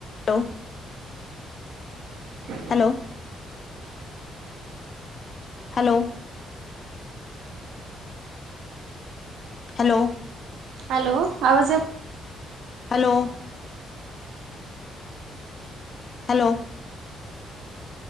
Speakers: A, on the left (about 45°); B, on the right (about 80°).
A: तव
B: <inaudible>
A: हॅलो हॅलो. हॅलो.
B: हॅलो आवाज येत
A: hello. Hello.